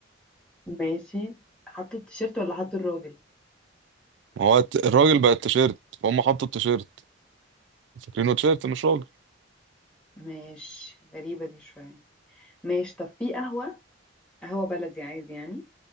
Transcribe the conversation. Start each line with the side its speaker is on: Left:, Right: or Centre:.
Centre: ماشي حطوا التيشيرت ولا حطوا الراجل؟
Right: ما هو الت- الراجل بقى التيشيرت فهم حطوا التيشيرت فاكرينه تيشيرت مش راجل
Centre: ماشي غريبة دي شوية ماشي طب في قهوة قهوة بلدي عادي يعني